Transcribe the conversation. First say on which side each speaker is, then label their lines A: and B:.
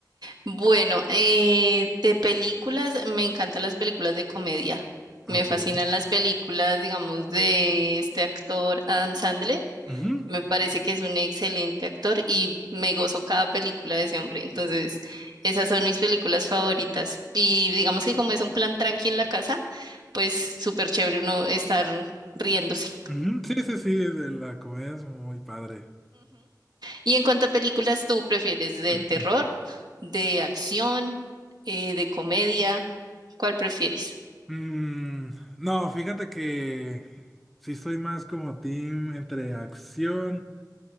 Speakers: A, on the right; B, in the centre.
A: Bueno, eh, de películas, me encantan las películas de comedia.
B: Ok.
A: Me fascinan las películas, digamos, de este actor Adam Sandler.
B: Ujú,
A: Me parece que es un excelente actor y me gozo cada película de ese hombre. Entonces, esas son mis películas favoritas. Y digamos que como es un plan tranqui en la casa, pues súper chévere uno estar riéndose.
B: ujú. Sí, sí, sí, de la comedia es muy padre.
A: Y en cuanto a películas, ¿tú prefieres de
B: <clears throat>
A: terror, de acción, eh, de comedia? ¿Cuál prefieres?
B: Mm, no, fíjate que sí soy más como team entre acción,